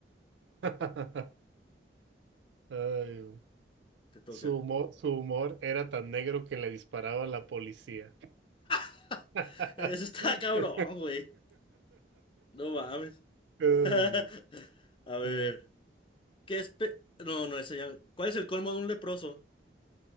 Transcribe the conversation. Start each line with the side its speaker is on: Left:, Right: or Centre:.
Right: <laughs> Ay, güey.
Left: Te toca.
Right: su humor, su humor era tan negro que le disparaba a la policía.
Left: <laughs>
Right: <laughs>
Left: Eso está cabrón,
Right: Ay,
Left: güey. No mames.
Right: güey.
Left: <laughs> A ver,
Right: Ay,
Left: ¿qué es pe- No, no, eso ya- ¿Cuál es el colmo de un leproso?